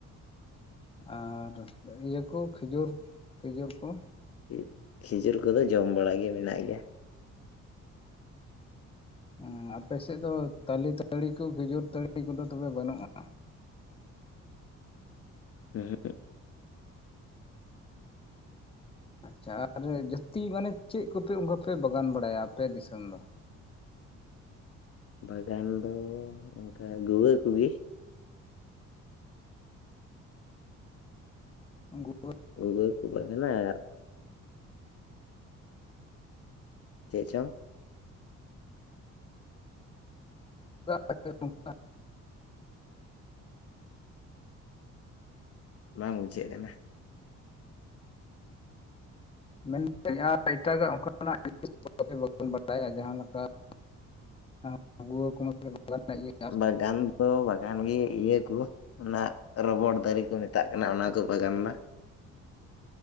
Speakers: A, on the left; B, on the left.
A: ᱟᱨ ᱤᱭᱟᱹ, ᱠᱚ ᱠᱷᱤᱡᱩᱨ, ᱠᱷᱤᱡᱩᱨ ᱠᱚ
B: <unintelligible> ᱠᱷᱤᱡᱩᱨ ᱠᱚᱫᱚ, ᱡᱚᱢ ᱵᱟᱲᱟ ᱜᱮ, ᱢᱮᱱᱟᱜ ᱜᱮᱭᱟ
A: ᱩᱸᱼ ᱟᱯᱮ ᱥᱮᱫ ᱫᱚ, ᱛᱟᱞᱮ ᱛᱟᱹᱲᱤ ᱠᱚ, ᱠᱷᱤᱡᱩᱨ ᱛᱟᱹᱲᱤ ᱠᱚᱫᱚ, ᱛᱚᱵᱮ ᱵᱟᱹᱱᱩᱜᱼᱟ?
B: ᱩᱸ ᱦᱩᱸ <unintelligible> ᱾
A: ᱟᱪᱪᱷᱟ ᱟᱨ ᱡᱟᱹᱥᱛᱤ ᱢᱟᱱᱮ ᱪᱮᱫ ᱠᱚᱯᱮ ᱚᱱᱠᱟᱯᱮ ᱵᱟᱜᱟᱱ ᱵᱟᱲᱟᱭᱟ ᱟᱯᱮ ᱫᱤᱥᱚᱢ ᱫᱚ?
B: ᱵᱟᱜᱟᱱ ᱫᱚ ᱚᱱᱠᱟ ᱜᱩᱣᱟᱹ ᱠᱚᱜᱮ᱾
A: ᱟᱝᱜᱩ <unintelligible> ᱾
B: ᱩᱵᱟᱹ ᱠᱚᱵ ᱠᱟᱱᱟᱨ <unintelligible> ᱾ ᱪᱮᱜ ᱪᱚᱝ᱾
A: <inaudible> <unintelligible>
B: ᱵᱟᱝ ᱵᱩᱡᱷᱟᱹᱜ ᱠᱟᱱᱟ?
A: ᱢᱮᱱᱫᱟᱹᱧ ᱟᱨ ᱮᱴᱟᱜᱟᱜ ᱚᱱᱠᱟᱱᱟᱜ ᱵᱟᱹᱵᱤᱱ ᱵᱟᱰᱟᱭᱟ ᱡᱟᱦᱟᱸ ᱞᱮᱠᱟ ᱾ ᱟᱸ ᱜᱩᱟᱹ ᱠᱚᱢᱟ ᱢᱮ ᱵᱟᱯᱞᱟ ᱨᱮᱱᱟᱜ, ᱤᱭᱟᱹ
B: ᱵᱟᱜᱟᱱ ᱫᱚ ᱵᱟᱝ ᱛᱟᱦᱮᱱ ᱜᱮ ᱤᱭᱟᱹ ᱠᱚ, ᱚᱱᱟ ᱨᱚᱵᱚᱲ ᱫᱟᱨᱮ ᱠᱚ, ᱢᱮᱛᱟᱜ ᱠᱟᱱᱟ ᱾ ᱚᱱᱟ ᱠᱚ ᱵᱟᱜᱟᱱ ᱮᱱᱟ